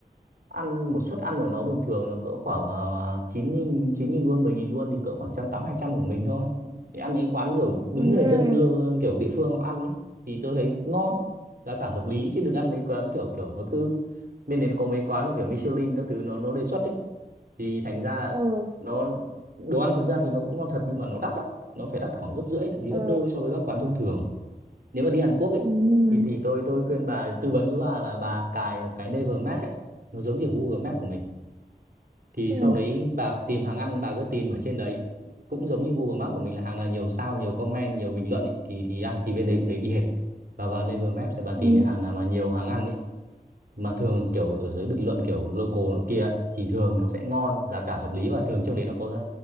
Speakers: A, on the right (about 65°); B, on the right (about 30°).
A: ăn một suất ăn của nó bình thường nó cỡ khoảng uh, 9.000 9.000 won 10.000 won thì cỡ khoảng trăm tám hai trăm của mình thôi. Đi ăn những quán kiểu đúng
B: ừ
A: người dân lơ- kiểu địa phương họ ăn ấy thì tôi thấy ngon, giá cả hợp lý chứ đừng ăn mấy quán kiểu kiểu nó cứ bên đấy nó có mấy quán mà kiểu Michelin các thứ nó nó đề xuất ấy thì thành ra
B: ừ
A: nó đồ ăn thực ra thì nó cũng ngon thật nhưng mà nó đắt lắm, nó phải đắt khoảng gấp rưỡi thậm chí
B: ờ
A: gấp đôi so với các quán thông thường nếu mà đi Hàn Quốc ấy,
B: ừ,
A: thì thì tôi tôi khuyên bà tư vấn với bà là bà cài một cái Naver Map ấy nó giống như Google Map của mình thì
B: ừ,
A: sau đấy bà tìm hàng ăn bà cứ tìm ở trên đấy cũng giống như Google Map của mình là hàng nào nhiều sao nhiều comment nhiều bình luận ấy, thì thì ăn thì bên đấy cũng thấy y hệt và vào Naver Map thì bà tìm
B: ừ,
A: những hàng nào mà nhiều hàng ăn ấy mà thường kiểu ở dưới bình luận kiểu local nọ kia ấy, thì thường nó sẽ ngon giá cả hợp lý và thường trong đấy nó có giá,